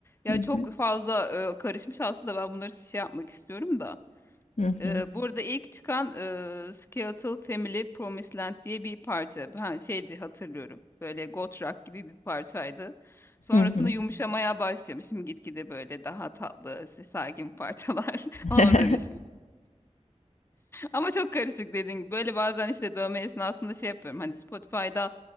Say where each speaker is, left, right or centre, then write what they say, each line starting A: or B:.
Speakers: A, on the left; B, on the left.
A: Ya
B: Hı
A: çok
B: hı,
A: fazla e, karışmış aslında ben bunları şey yapmak istiyorum da.
B: hı hı,
A: E, burada ilk çıkan e, Skeletal Family Promised Land diye bir parça. Ha, şeydi hatırlıyorum. Böyle goth rock gibi bir parçaydı. Sonrasında
B: hı hı.
A: yumuşamaya başlamışım gitgide böyle daha tatlı, işte sakin parçalar <laughs> ona
B: <laughs>
A: dönüşmüş. Ama çok karışık dediğin gibi. Böyle bazen işte dövme esnasında şey yapıyorum. Hani Spotify'da